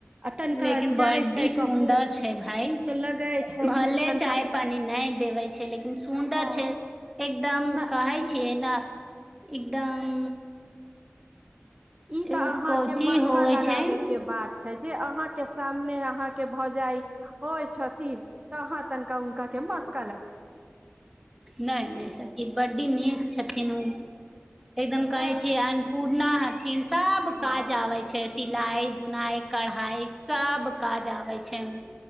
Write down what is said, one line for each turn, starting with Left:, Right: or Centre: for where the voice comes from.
Right: आ तनिका
Centre: लेकिन
Right: जाइ
Centre: ब्डी
Right: छै
Centre: सुन्दर
Right: कहूँ
Centre: छै भाय,
Right: तऽ लगै छै
Centre: भले
Right: कि तनिका
Centre: चाय पानी नय देबै छै लेकिन सुन्दर
Right: हँ
Centre: छै, एकदम
Right: न
Centre: काय छियै।
Right: ई
Centre: न, एकदम
Right: ई
Centre: एगो
Right: तऽ अहां
Centre: कोची
Right: के मसका
Centre: होवे
Right: लाग
Centre: छै
Right: तांबे के बाद छै जे अहाँ के सामने अहाँ के भौजाई होइ छथिन तहाँ तनिका हुनका के मस्त
Centre: नय नय सखि बड़ नीक छथिन उ एकदम कैय
Right: तऽ
Centre: छी आनपु नहि किन सब
Right: हँ
Centre: काज आबे छै। सिलाइ, बुनाइ, कढ़ाइ सब काज आबै छैन।